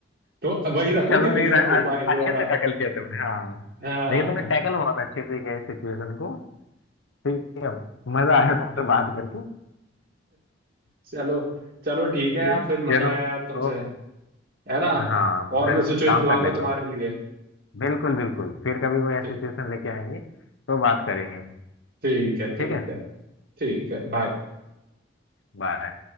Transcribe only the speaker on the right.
तो वही रखो
कि
विजिबल
हो
पाए दोबारा
हाँ
<laughs>
चलो चलो ठीक है
यार फिर
मजा आया यार तुमसे
है ना
और
मैं
सिचुएशन
लाऊंगा
तुम्हारे
लिए
ठीक
ठीक है
ठीक
है ठीक है बाय